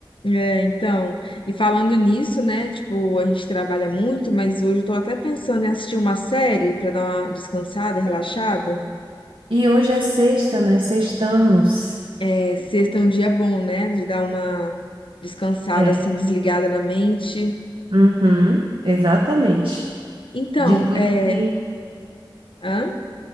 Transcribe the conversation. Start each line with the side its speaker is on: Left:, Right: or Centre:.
Left: É, então, e falando nisso, né? Tipo, a gente trabalha muito, mas hoje eu tô até pensando em assistir uma série para dar uma descansada,
Right: Então,
Left: relaxada.
Right: menina. E hoje é sexta, né? Sextamos.
Left: É, sexta é um dia bom, né? De dar uma descansada,
Right: É,
Left: assim, desligada na mente.
Right: uhum, exatamente.
Left: Então,
Right: De tudo
Left: é.
Right: que.
Left: Hã?